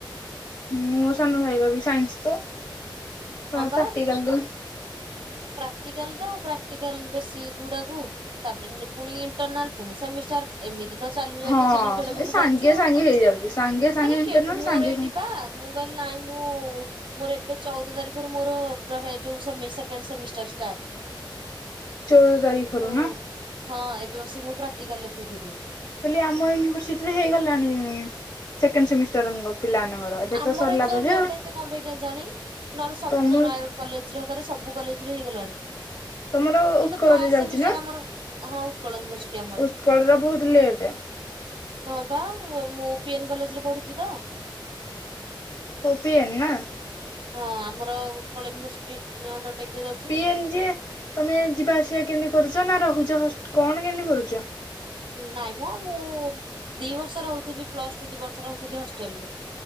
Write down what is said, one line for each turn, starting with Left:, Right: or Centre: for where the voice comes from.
Left: ମୋ ସାନ ଭାଇର ବି ସାଇନ୍ସ ତ। ତା
Right: ହଁ ବା
Left: ପ୍ରାକ୍ଟିିକାଲତ
Right: ପ୍ରାକ୍ଟିକାଲ ତ ପ୍ରାକ୍ଟିକାଲ ବେଶୀ ଗୁଡ଼ାକୁ ତାପରେ, ପୁଣି ଇଣ୍ଟରନାଲ, ପୁଣି ସେମିଷ୍ଟାର। ଏମିତି ତ ଚାଲୁ ଚାଲୁ
Left: ହଁ
Right: ଦିନ କେଡ଼େ ବକୁ
Left: ଏ ସାଙ୍ଗେ
Right: ଯାଉଛି ଆଉ।
Left: ସାଙ୍ଗେ ହେଇଯାଉଛି ସାଙ୍ଗେ ସାଙ୍ଗେ
Right: ମାନେ
Left: ଇଣ୍ଟରନାଲ
Right: କେ-ମୋର
Left: ସାଙ୍ଗେ
Right: ଏଇଠି
Left: ସାଙ୍ଗେ
Right: ପା ମୁଁ କହିଲି ନାଇଁ ମୁଁ ମୋର ଏବେ ଚଉଦ ତାରିଖରୁ ମୋର ପୁରା ହେଇ ଯୋଉ ସେମି ସେକେଣ୍ଡ ସେମିଷ୍ଟାର୍ ଷ୍ଟାର୍ଟ।
Left: ଚଉଦ ତାରିଖରୁ
Right: ମୁଁ
Left: ନା
Right: ହଁ ଏବେ ବସିକି ମୁ ପ୍ରାକ୍ଟିକାଲ ଲେଖୁଥିଲି।
Left: ହେଲେ ଆମ ୟୁନିଭର୍ସିଟିରେ ହେଇଗଲାଣି ସେକେଣ୍ଡ ସେମିଷ୍ଟାର ପିଲାମାନଙ୍କର। ଏବେ
Right: ଆମର
Left: ତ ସରିଲା
Right: ଏଥର
Left: ବୋଧେ
Right: ଲେଟ୍
Left: ଆଉ
Right: ଏତେ କଣ ପାଇଁ କେଜାଣି ନହେଲେ ସବୁ
Left: ତମ
Right: ନୟା କଲେଜ ରେ ହେକରେ ସବୁ କଲେଜ ରେ ହେଇଗଲାଣି।
Left: <inaudible> ତମର
Right: କିନ୍ତୁ
Left: ଉତ୍କଳରେ
Right: ଫାଷ୍ଟ
Left: ଯାଉଛି
Right: ସେମିଷ୍ଟାର
Left: ନା
Right: ଆମର ହଁ ଉତ୍କଳ ୟୁନିଭରସିଟି ଆମର।
Left: ଉତ୍କଳରେ ବହୁତ ଲେଟେ। <inaudible>
Right: ହଁ ବା ମୁଁ ପି ଏମ କଲେଜରେ ପଢୁଛି ତ।
Left: କୋପି ଏନ ନା?
Right: ହଁ ଆମର ଉତ୍କଳ ୟୁନିଭର୍ର୍ସିଟି ଅଣ୍ଡରଟେକରେ ଯାଉଛି।
Left: କେମତି ତମେ ଯିବା ଆସିବା କେମିତି କରୁଛ ନା ରହୁଛ ହସ କଣ କେମତି କରୁଛ?
Right: ନାଇଁ ମଁ। ମୁଁ ଦି ବର୍ଷ ରହୁଥିଲି। ପ୍ଲସ୍-ଟୁ ଦି ବର୍ଷ ରହୁଥିଲି ହଷ୍ଟେଲରେ।